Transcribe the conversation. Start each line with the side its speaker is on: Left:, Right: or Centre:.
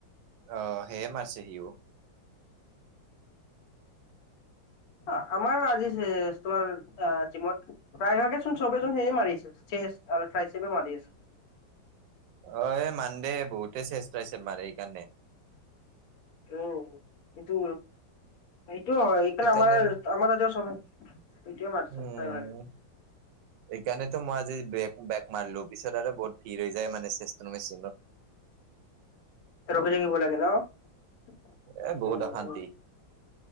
Right: অ হেয়ে মাৰছে সিও।
Left: আ আমাৰ আজি চেচ তোমাৰ আ জিমত। প্ৰায় ভাগে চোন চবেইজন সেই মাৰি আছে আৰু চেষ্ট আৰু থ্ৰাইচেপে মাৰি আছে।
Right: অ মান দে বহুতে চেষ্ট থ্ৰাইচেপ আছে মাৰে সেইকাৰণে।
Left: উম হি তু। সেইটো হয় এইফালে
Right: সেইকাৰণে
Left: আমাৰ আমাৰ ইয়াতে চবাই এইটোৱে মাৰছে
Right: উম
Left: প্ৰাই ভাগে।
Right: সেইকাৰণেতো মই আজি বে বেক মাৰলো পিছত আৰু বহুত ভিৰ হৈ যায় মানে চেষ্ট মেচিনত।
Left: তাতে ৰখি থাকিব লাগে ন
Right: এ বহুত
Left: উম
Right: অশান্তি
Left: উম।